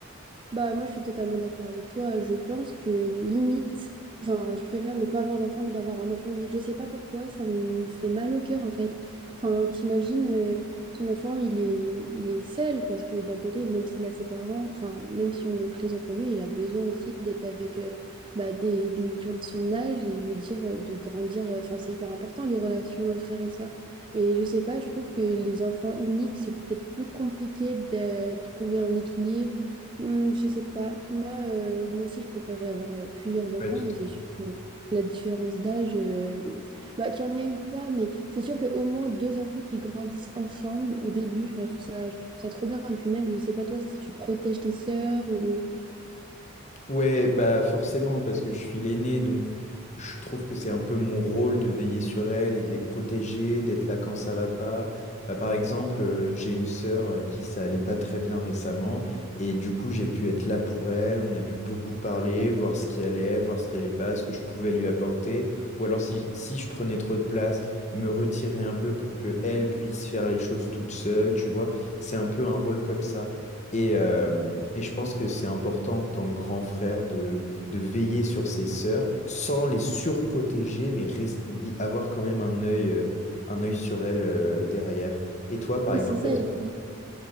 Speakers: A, on the right (about 25°); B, on the left (about 35°).
A: Bah, moi, je suis totalement d'accord avec toi. Je pense que limite, enfin, je préfère ne pas avoir d'enfant que d'avoir un enfant unique. Je sais pas pourquoi, ça me fait mal au cœur en fait. Enfin, t'imagines, euh, ton enfant, il est, il est seul parce que d'un côté, même s'il a ses parents, enfin, même si on est présent pour lui, il a besoin aussi d'être avec euh, bah, des, des gens de son âge et je veux dire, euh, de grandir. euh, Enfin, c'est hyper important les relations euh, frères et sœurs. Et je sais pas, je trouve que les enfants uniques, c'est peut-être plus compliqué de trouver un équilibre Hmm, je sais pas. Moi, euh, moi aussi, je préférerais avoir euh, plusieurs enfants
B: Ouais, tout
A: et
B: à
A: c'est
B: fait.
A: sûr que la différence d'âge, euh, bah, qu'il y en ait ou pas, mais c'est sûr qu'au moins deux enfants qui grandissent ensemble au début, enfin, je trouve ça, je trouve ça trop bien. Et puis même, je sais pas toi si tu protèges tes sœurs ou...
B: Ouais, bah forcément, parce que je suis l'aîné, donc je trouve que c'est un peu mon rôle de veiller sur elles et de les protéger, d'être là quand ça va pas. Bah, par exemple, euh, j'ai une sœur euh, qui ça allait pas très bien récemment, et du coup j'ai pu être là pour elle, on a pu beaucoup parler, voir ce qui allait, voir ce qui allait pas, ce que je pouvais lui apporter, ou alors si, si je prenais trop de place, me retirer un peu pour que elle puisse faire les choses toute seule, tu vois, c'est un peu un rôle comme ça. Et, euh, et je pense que c'est important en tant que grand frère de, de veiller sur ses sœurs sans les surprotéger, mais rest- gui- avoir quand même un œil, euh, un œil sur elles euh, derrière. Et toi, par
A: Oui,
B: exemple,
A: c'est ça.
B: est-ce
A: Et
B: que,
A: puis...